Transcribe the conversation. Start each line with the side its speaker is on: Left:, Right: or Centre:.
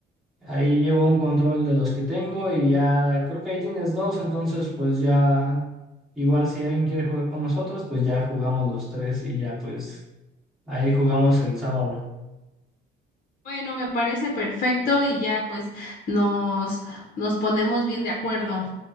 Centre: ahí llevo un control de los que tengo y ya creo que ahí tienes dos, entonces pues ya igual si alguien quiere jugar con nosotros, pues ya jugamos los tres y ya pues ahí jugamos el sábado.
Left: Bueno, me parece perfecto y ya pues nos nos ponemos bien de acuerdo.